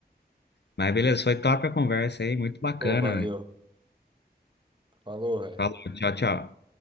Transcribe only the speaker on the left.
Mas beleza, foi top a conversa aí, muito bacana,
velho.
Falou, tchau, tchau.